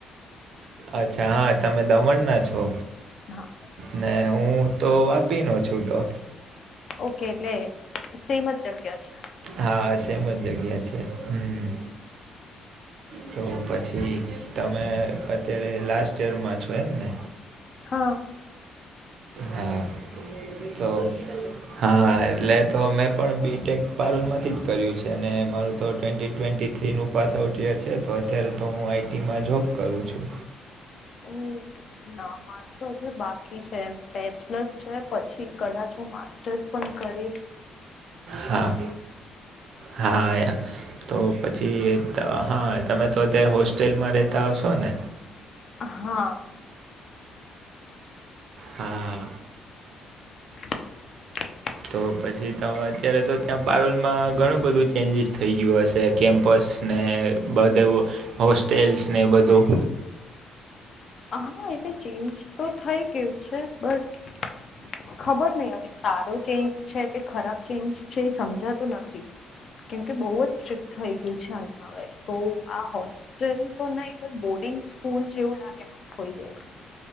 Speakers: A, on the right (about 65°); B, on the left (about 50°).
A: અચ્છા હા તમે દમણ ના છો.
B: હા
A: ને હું તો વાપીનો છું તો
B: ઓકે એટલે સેમ જ જગ્યા છે.
A: હા સેમ જ જગ્યા છે હમ્મ તો પછી તમે અત્યારે લાસ્ટ યરમાં છો એમને.
B: હા.
A: હ તો હા એટલે તો મેં પણ બી. ટેક. પારૂલ માંથી જ કર્યું છે અને મારું તો ટ્વેન્ટી ટ્વેન્ટી થ્રીનું પાસ આઉટ યર છે તો અત્યારે તો હું આઈ. ટી. માં જોબ કરું છું.
B: હમ્મ. ના માનું તો હજુ બાકી છે બેચલર્સ છે પછી કદાચ હું માસ્ટર્સ પણ કરીસ
A: હા હા આયા તો પછી ત હ તમે તો અત્યારે હોસ્ટેલમાં રેત તા હશો ને
B: અ હા.
A: હા.
B: <inaudible>
A: તો પછી તો અત્યારે તો ત્યાં પારૂલ માં ઘણું બધું ચેન્જીસ થઈ ગ્યું હશે કેમ્પ પસ ને બધાઉ હોસ્ટેલ્સ ને બધું
B: હા એ તો ચેન્જ તો થઈ ગયું છે બટ ખબર નહિ હવે સારો ચેન્જ છે કે ખરાબ ચેન્જ છે એ સમજાતું નથી. કેમ કે બઉ જ સ્ટ્રિક થઈ ગયું છે અહિયાં હવે તો આ હોસ્ ટેલ તો નહી બટ બોર્ડિંગ સ્કૂલ જેવું લાગે મને કોઈ દિવસ